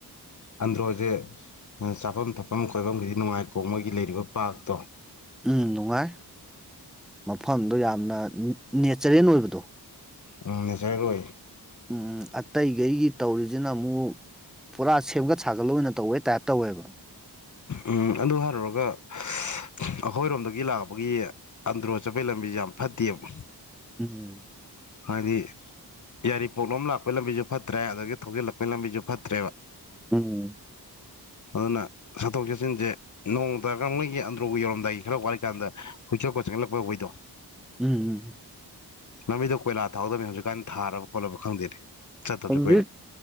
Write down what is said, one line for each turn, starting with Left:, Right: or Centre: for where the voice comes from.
Left: ꯑꯟ ꯔꯣꯖꯦ ꯆꯥꯐꯝ ꯊꯛꯐꯝ ꯈꯣꯏꯐꯝꯒꯤꯗꯤ ꯅꯨꯡꯉꯥꯏꯈꯣ ꯃꯣꯏꯒꯤ ꯂꯩꯔꯤꯕ ꯄꯥꯔꯛꯇꯣ
Centre: ꯎꯝ ꯅꯨꯡꯉꯥꯏ ꯃꯐꯝꯗꯣ ꯌꯥꯝꯅ ꯅꯦꯆꯔꯦꯟ ꯑꯣꯏꯕꯗꯣ
Left: ꯎꯝ ꯅꯦꯆꯔꯦꯜ ꯑꯣꯏ
Centre: ꯎꯝ ꯑꯇꯩꯈꯩꯒꯤ ꯇꯧꯔꯤꯁꯤꯅ ꯑꯃꯨꯛ ꯄꯨꯔꯥ ꯁꯦꯝꯒꯠ ꯁꯥꯒꯠ ꯑꯣꯏꯅ ꯇꯧꯋꯦ ꯇꯥꯏꯞ ꯇꯧꯋꯦꯕ
Left: ꯎ ꯑꯗꯨ ꯍꯥꯏꯔꯨꯔꯒ ꯑꯩꯈꯣꯏꯔꯣꯝꯗꯒꯤ ꯂꯥꯛꯄꯒꯤ ꯑꯟꯗ꯭ꯔꯣ ꯆꯠꯄꯒꯤ ꯂꯝꯕꯤꯁꯦ ꯌꯥꯝ ꯐꯠꯇꯦꯕ
Centre: ꯎꯝ
Left: ꯍꯥꯏꯗꯤ ꯌꯥꯔꯤꯄꯣꯛꯂꯣꯝ ꯂꯥꯛꯄꯒꯤ ꯂꯝꯕꯤꯁꯨ ꯐꯠꯇ꯭ꯔꯦ ꯑꯗꯒꯤ ꯊꯧꯖꯤꯜꯂꯛꯄꯩ ꯂꯝꯕꯤꯁꯨ ꯐꯠꯇ꯭ꯔꯦꯕ
Centre: ꯎꯝ
Left: ꯑꯗꯨꯅ ꯆꯠꯊꯣꯛ ꯆꯠꯁꯤꯟꯁꯦ ꯅꯣꯡ ꯇꯥꯔꯀꯩꯒꯤ ꯑꯟꯗ꯭ꯔꯣꯒ ꯌꯧꯔꯝꯗꯥꯏꯒꯤ ꯈꯔ ꯋꯥꯠꯂꯤꯀꯥꯟꯗ ꯀꯨꯏꯆꯠ ꯈꯣꯠꯆ ꯈꯥꯡꯒꯠꯂꯛꯄ ꯑꯩꯈꯣꯏꯗꯣ
Centre: ꯎꯝ ꯎꯝ
Left: ꯂꯝꯕꯤꯗ ꯀꯣꯏꯂꯥ ꯊꯥꯍꯗꯕꯅꯤ ꯍꯧꯖꯤꯛꯀꯥꯟ ꯊꯥꯔꯕ ꯈꯣꯠꯂꯕ ꯈꯪꯗꯦꯅꯦ ꯆꯠꯇꯕꯁꯨ
Centre: ꯍꯧꯖꯤꯛ
Left: ꯀꯨꯏꯔꯦ